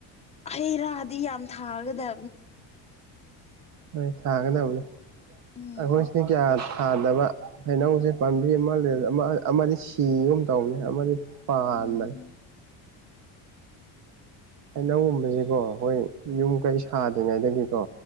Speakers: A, on the left; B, on the right.
A: ꯍꯩ ꯔꯥꯗꯤ ꯌꯥꯝ ꯊꯥꯒꯗ
B: ꯍꯣꯏ ꯊꯥꯒꯗꯕꯅꯦ
A: ꯎꯝ
B: ꯑꯩꯈꯣꯏꯁꯤꯅ ꯀꯌꯥ ꯊꯥꯗꯕ ꯍꯩꯅꯧꯁꯦ ꯄꯥꯝꯕꯤ ꯑꯃꯥ ꯂꯦ ꯑꯃ ꯑꯃꯥꯗꯤ ꯁꯤꯒꯨꯝ ꯇꯧꯕꯅꯦ ꯑꯃꯗꯤ ꯄꯥꯟꯕꯅꯦ
A: ꯎꯝ
B: ꯍꯩꯅꯧꯒꯨꯝꯕꯖꯤꯀꯣ ꯍꯣꯏ ꯌꯨꯝ ꯀꯩ ꯁꯥꯗ꯭ꯔꯤꯉꯩꯗꯒꯤꯀꯣ